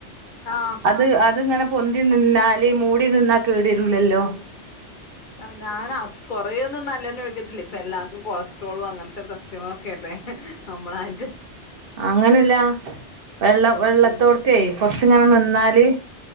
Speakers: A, on the left; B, on the right.
A: ആഹ്
B: അത് അതിങ്ങനെ പൊന്തി നിന്നാല് മൂടി നിന്നാ കേടരൂലല്ലോ
A: ആ ഞാൻ അ കൊറേയൊന്നും നല്ലെണ്ണ ഒഴിക്കത്തില്ല ഇപ്പെ എല്ലാവർക്കും കൊളസ്ട്രോളും അങ്ങനത്തെ പ്രശ്നങ്ങളൊക്കെ അല്ലേ നമ്മളായിട്ട്
B: അങ്ങനല്ല വെള്ള വെള്ളത്തോടക്കേ
A: ഉം
B: കൊറച്ച് ഇങ്ങനെ നിന്നാല്